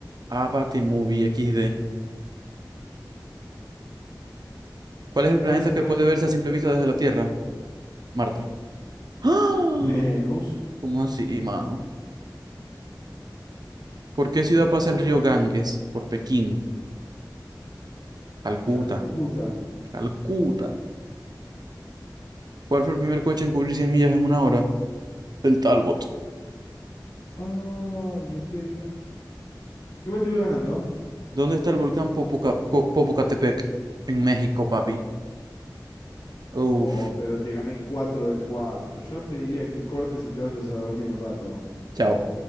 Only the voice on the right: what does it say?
Ava The Movie XD. ¿Cuál es el
planeta
que
puede verse a simple vista desde la Tierra? Marte. <gasps> ¡Ah!
¿Cómo así, mano? ¿Por qué ciudad pasa el río Ganges? Por Pekín, Calcuta,
Calcuta. ¿Cuál fue el primer coche en cubrir 100 millas en una hora? El Talbot.
¿Dónde está el volcán Popoca- Co- Popocatepec? En México, papi. Uf,
chao.